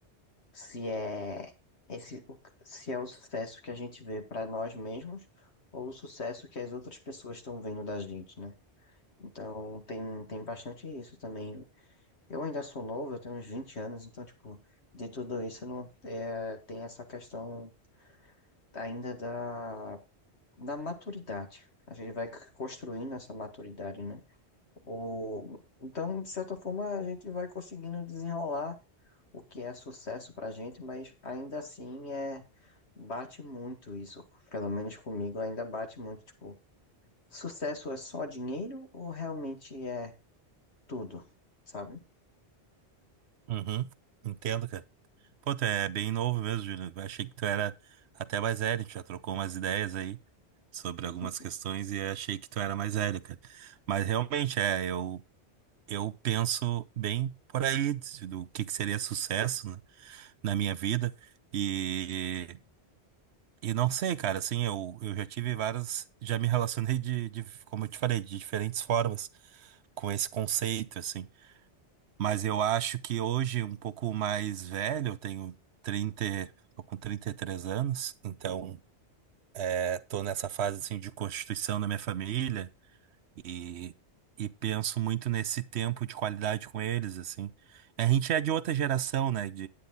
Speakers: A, on the left; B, on the right.
A: se é esse, o- se é o sucesso que a gente vê pra nós mesmos ou o sucesso que as outras pessoas estão vendo da gente, né? Então, tem, tem bastante isso também. Eu ainda sou novo, eu tenho uns 20 anos, então, tipo, de tudo isso não é, tem essa questão ainda da, da maturidade. A gente vai c- construindo essa maturidade, né? O, então, de certa forma, a gente vai conseguindo desenrolar o que é sucesso pra gente, mas ainda assim é, bate muito isso. Pelo menos comigo ainda bate muito, tipo, sucesso é só dinheiro ou realmente é tudo, sabe?
B: Uhum, entendo, cara. Pô, tu é bem novo mesmo, Júlio. Eu achei que tu era até mais velho, a gente já trocou umas ideias aí sobre algumas
A: <laughs>
B: questões e eu achei que tu era mais velho, cara. Mas realmente é, eu eu penso bem por aí do que que seria sucesso, né? na minha vida. E, e não sei, cara, assim, eu, eu já tive várias. Já me relacionei de, de, como eu te falei, de diferentes formas com esse conceito, assim. Mas eu acho que hoje, um pouco mais velho, eu tenho 30 tô com 33 anos, então é, tô nessa fase, assim, de constituição da minha família e. E penso muito nesse tempo de qualidade com eles, assim. A gente é de outra geração, né?